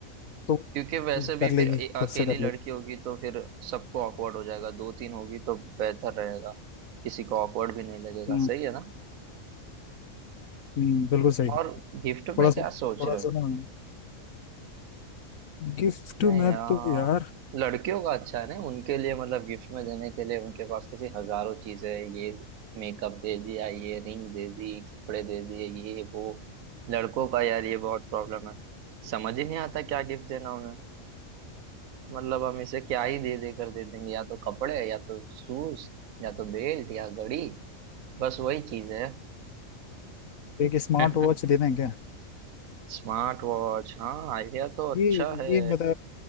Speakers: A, on the left (about 75°); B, on the right (about 80°).
A: तो
B: क्योंकि वैसे
A: वो
B: भी
A: कर लेगी
B: फिर ए-
A: खुद
B: अकेली
A: से कर
B: लड़की
A: लेगी
B: होगी तो फिर सबको ऑकवर्ड हो जाएगा दो तीन होगी तो बेहतर रहेगा किसी को ऑकवर्ड भी नहीं लगेगा
A: हम्म
B: सही है ना
A: हम्म, बिल्कुल सही
B: और गिफ्ट
A: थोड़ा
B: में
A: सा
B: क्या
A: थोड़ा
B: सोच रहे
A: सा ना गिफ्ट
B: मैं
A: में
B: यार
A: तो यार
B: लड़कियों का अच्छा है ना उनके लिए मतलब गिफ्ट में देने के लिए उनके पास कैसी हजारों चीजें हैं ये मेकअप दे दिया ये रिंग दे दी कपड़े दे दिए ये वो लड़कों का यार ये बहुत प्रॉब्लम है समझ ही नहीं आता क्या गिफ्ट देना उन्हें मतलब हम इसे क्या ही दे दे कर दे देंगे या तो कपड़े या तो शूज या तो बेल्ट या घड़ी बस वही चीज है
A: एक स्मार्ट
B: <laughs>
A: वॉच दे दें क्या
B: स्मार्ट वॉच हाँ आइडिया तो अच्छा
A: ये
B: है
A: ये बता